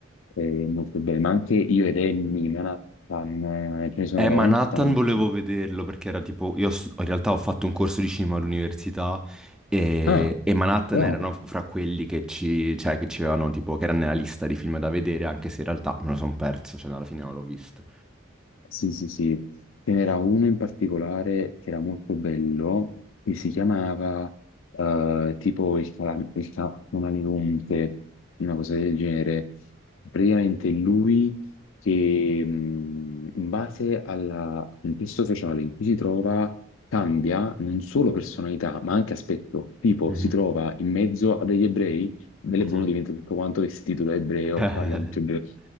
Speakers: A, on the left (about 80°); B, in the centre.
A: eh, molto bene, ma anche io ed Annie, Manhattan, eh, ce ne sono
B: Eh,
A: veramente
B: ma Nathan
A: tanti.
B: volevo vederlo perché era tipo, io s- in realtà ho fatto un corso di cinema all'università e,
A: Ah,
B: e Manhattan
A: però...
B: erano fra quelli che ci, cioè, che ci avevano tipo, che erano nella lista di film da vedere, anche se in realtà me lo sono perso, cioè alla fine non l'ho visto.
A: Sì, sì, sì. Ce n'era uno in particolare che era molto bello, che si chiamava eh, tipo il, cala- il ca- camaleonte, una cosa del genere. Praticamente lui che mh, in base alla- al contesto sociale in cui si trova cambia non solo personalità, ma anche aspetto. Tipo
B: Mhm,
A: si trova in mezzo a degli ebrei, bell'e
B: mhm.
A: buono diventa tutto quanto vestito da ebreo,
B: <laughs>
A: parla tutto ebreo.